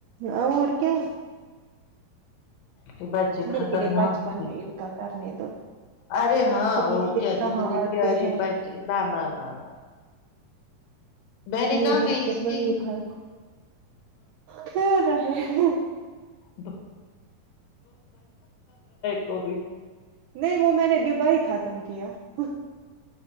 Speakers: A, on the right; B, on the left.
A: اور کیا
B: کہ بچے
A: لیکن
B: خطرناک
A: یہ بچپن
B: ت
A: ہے ان کا کرنے دو
B: ارے ہاں
A: پھر
B: اور
A: یہ دن
B: کیا
A: کہاں
B: اتنے
A: آتے
B: پیارے
A: ہیں
B: بچے نہ نہ نہ نہ میں نے
A: یہ
B: کہاں
A: دن
B: گئی اس
A: پھر وہ
B: کی
A: یہ کھا پھر ہے <inaudible>
B: ب <unintelligible> کوئی
A: نہیں وہ میں نے ڈب ہی خاتم ک <inaudible>